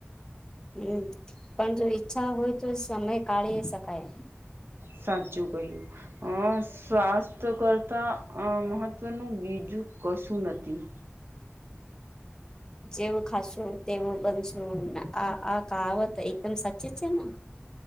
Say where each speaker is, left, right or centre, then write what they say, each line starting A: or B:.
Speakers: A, on the left (about 15°); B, on the right (about 60°).
A: હમ પણ જો ઈચ્છા હોય તો સમય કાઢી શકાય
B: સાચું કહ્યું અ સ્વાસ્થ્ય કરતા મહત્વનું બીજું કશું નથી.
A: જેવું ખાશું તેવું બનશું આ આ કાવત એકદમ સાચી છે ને